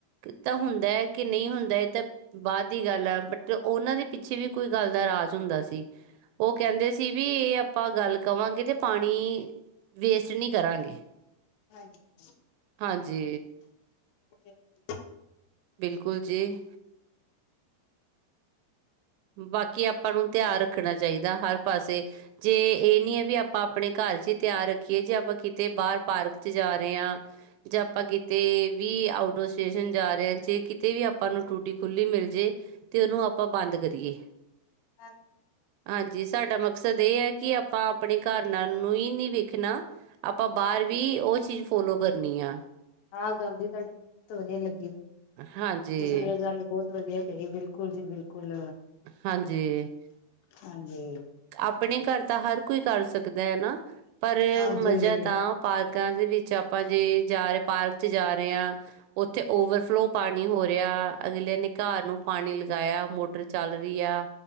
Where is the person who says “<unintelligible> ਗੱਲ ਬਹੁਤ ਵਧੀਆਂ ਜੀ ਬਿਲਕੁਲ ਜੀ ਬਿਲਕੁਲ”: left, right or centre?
Left